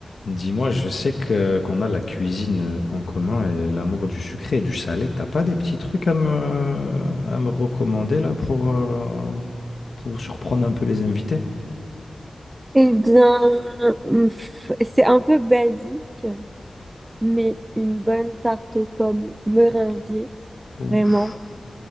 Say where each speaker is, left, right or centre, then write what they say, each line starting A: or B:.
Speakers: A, on the left (about 70°); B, on the right (about 25°).
A: Dis-moi, je sais que qu'on a la cuisine euh, en commun et l'amour du sucré et du salé. T'as pas des petits trucs à me, à me recommander là pour, euh, pour surprendre un peu les invités?
B: Eh bien, hum, pff, c'est un peu basique, mais une bonne tarte aux pommes meringuée,
A: Ouf.
B: vraiment.